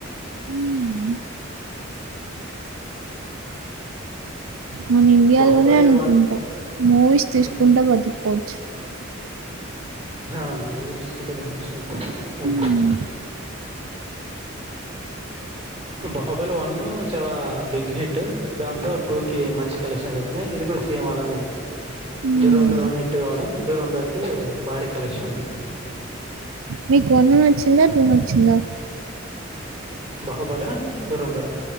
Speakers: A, on the right; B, on the right.
A: హ్మ్. మన ఇండియాలోనే
B: 'బాహుబలి
A: అనుకుంటా మూవీస్ తీసుకుంటా
B: హ్మ్.
A: బతుకోవచ్చు
B: ఆ మూవీ చూసుకుంట బాగుచ్చు అంతే
A: హ్మ్.
B: బాహుబలీ వన్ చాలా బిగ్ హిట్ దాంతో టూ కి మంచి కలెక్షన్స్ వచ్చినాయి ఇది కూడా సేమ్ అలానే
A: హ్మ్.
B: దూరంధర్ వన్ హిట్ కావడం దూరంధర్ టు భారీ కలెక్షన్లు
A: మీకు వన్ నచ్చిందా టూ నచ్చిందా
B: బహుబలా దురంధరా